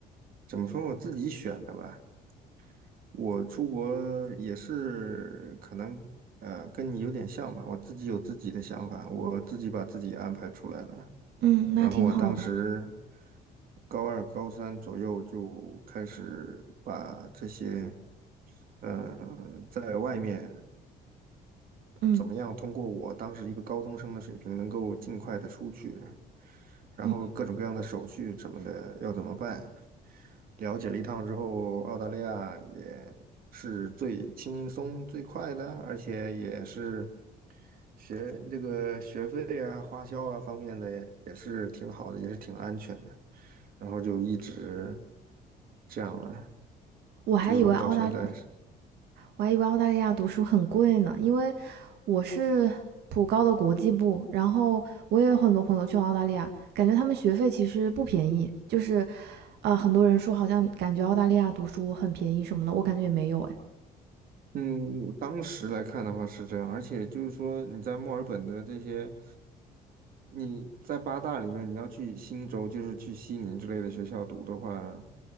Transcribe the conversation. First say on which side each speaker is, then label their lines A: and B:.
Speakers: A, on the right; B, on the right.
A: 怎么说，我自己选的吧。我出国也是可能，呃，跟你有点像吧。我自己有自己的想法，我自己把自己安排出来了。
B: 嗯，那挺好的。
A: 然后我当时高二、高三左右就开始把这些。呃，在外面
B: 嗯
A: 怎么样通过我当时一个高中生的水平，能够尽快的出去，然后各种各样的手续什么的要怎么办？
B: 嗯，
A: 了解了一趟之后，澳大利亚也是最轻松最快的，而且也是学这个学费啊、花销啊方面的也是挺好的，也是挺安全的。然后就一直这样了，
B: 我还以为澳大
A: 就到现在。
B: 我还以为澳大利亚读书很贵呢，因为我是普高的国际部，然后我也有很多朋友去澳大利亚，感觉他们学费其实不便宜，就是啊，很多人说好像感觉澳大利亚读书很便宜什么的，我感觉也没有诶。
A: 嗯，当时来看的话是这样，而且就是说你在墨尔本的这些，你在八大里面你要去新州，就是去悉尼之类的学校读的话，